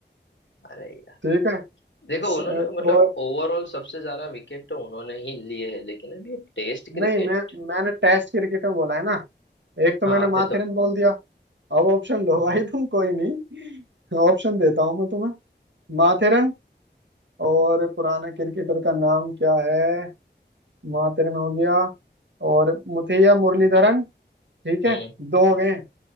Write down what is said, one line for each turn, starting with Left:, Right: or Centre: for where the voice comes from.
Left: अरे यार
Right: ठीक है
Left: देखो
Right: स-
Left: उन्होंने मतलब
Right: और
Left: ओवरऑल सबसे ज्यादा विकेट तो उन्होंने ही लिए है लेकिन अब ये टेस्ट क्रिकेट
Right: नहीं मैं मैंने टेस्ट क्रिकेट में बोला है ना एक तो
Left: हाँ
Right: मैंने माथेरन
Left: दे दो
Right: बोल दिया अब ऑप्शन लो
Left: हम्म
Right: भाई तुम कोई नहीं ऑप्शन देता हूँ मैं तुम्हें माथेरन और पुराना क्रिकेटर का नाम क्या है माथेरन हो गया और मुथैया मुरलीधरन ठीक है
Left: हम्म
Right: दो हो गए